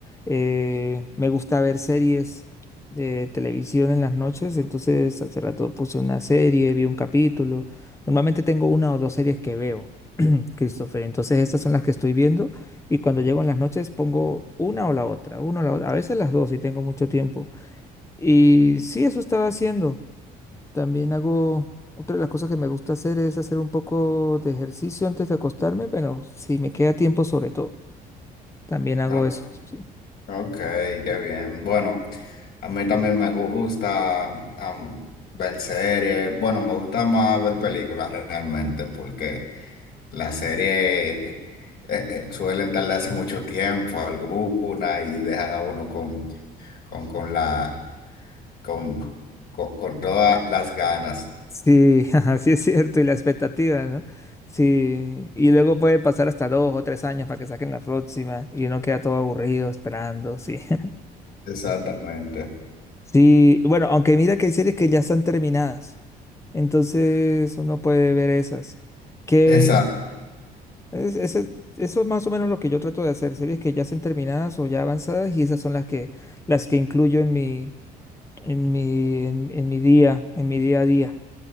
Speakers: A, on the left; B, on the left.
A: Eh, me gusta ver series de televisión en las noches, entonces hace rato puse una serie, vi un capítulo. Normalmente tengo una o dos series que veo, Christopher, entonces estas son las que estoy viendo y cuando llego en las noches pongo una o la otra, una o la otra, a veces las dos si tengo mucho tiempo. Y sí, eso estaba haciendo. También hago, otra de las cosas que me gusta hacer es hacer un poco de ejercicio antes de acostarme, pero si me queda tiempo sobre todo, también hago
B: No.
A: eso, sí.
B: Ok, qué bien. Bueno, a mí también me gusta am, ver series. Bueno, me gusta más ver películas realmente porque las series eh, eh, suelen tardarse mucho tiempo alguna y dejan a uno con, con, con la... con, co- con todas las ganas.
A: Sí, <laughs> ajá, sí es cierto, y la expectativa, ¿no? Sí, y luego puede pasar hasta dos o tres años para que saquen la próxima y uno queda todo aburrido esperando, sí. <laughs>
B: Exactamente.
A: Sí, bueno, aunque mira que hay series que ya están terminadas, entonces uno puede ver esas. qué
B: Exacto.
A: Es- ese- eso es más o menos lo que yo trato de hacer, series que ya estén terminadas o ya avanzadas y esas son las que, las que incluyo en mi, en mi, en, en mi día, en mi día a día.